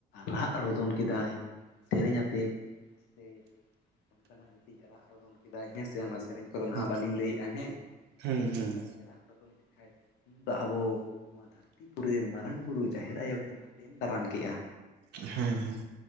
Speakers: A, on the left (about 85°); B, on the right (about 80°).
A: ᱨᱟᱜ ᱨᱚᱫᱚᱱ ᱠᱮᱫᱟᱭ ᱥᱮᱨᱮᱧ ᱟᱛᱮᱫ᱾ ᱥᱮ ᱚᱱᱠᱟᱱᱟᱜ ᱢᱤᱫᱴᱤᱡ ᱨᱟᱜ᱾ ᱨᱚᱫᱚᱱ ᱠᱮᱫᱟᱭ ᱦᱮᱸ ᱥᱮ ᱚᱱᱟ ᱥᱮᱨᱮᱧ ᱠᱚᱫᱚ ᱱᱟᱦᱟᱜ
B: ᱦᱩᱸ
A: ᱵᱟᱹᱞᱤᱧ ᱞᱟᱹᱭᱮᱜᱼᱟ ᱦᱮᱸ
B: ᱦᱩᱸ
A: ᱡᱟᱜ ᱜᱮ ᱨᱟᱜ ᱨᱚᱫᱚᱱ ᱠᱮᱫ ᱠᱷᱟᱡ ᱩᱱ ᱫᱚ ᱟᱵᱚ ᱱᱚᱣᱟ ᱫᱷᱟᱹᱨᱛᱤ ᱯᱩᱨᱤ ᱨᱮᱱ ᱢᱟ ᱢᱟᱨᱟᱝ ᱵᱩᱨᱩ ᱡᱟᱦᱮᱨ ᱟᱭᱳ ᱠᱤᱱ ᱟᱛᱮᱱ ᱫᱟᱨᱟᱢ ᱠᱮᱫᱼᱟ᱾
B: ᱦᱮᱸ ᱦᱮᱸ᱾